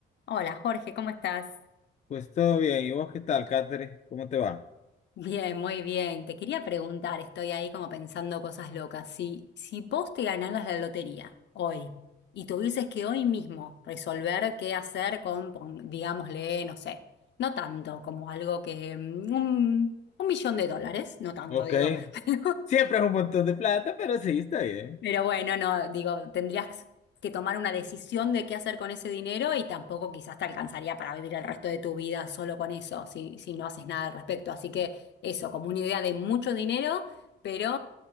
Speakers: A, on the left; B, on the left.
A: Hola Jorge, ¿cómo estás?
B: Pues todo bien. ¿Y vos qué tal, Catherine? ¿Cómo te va?
A: Bien, muy bien. Te quería preguntar, estoy ahí como pensando cosas locas. Si, si vos te ganaras la lotería hoy y tuvieses que hoy mismo resolver qué hacer con, pon- digámosle, no sé, no tanto como algo que mm, un, un millón de dólares, no tanto
B: Ok.
A: digo, <laughs>
B: Siempre es un montón de plata, pero sí, está bien.
A: Pero bueno, no, digo, tendrías que tomar una decisión de qué hacer con ese dinero y tampoco quizás te alcanzaría para vivir el resto de tu vida solo con eso, si, si no haces nada al respecto. Así que eso, como una idea de mucho dinero, pero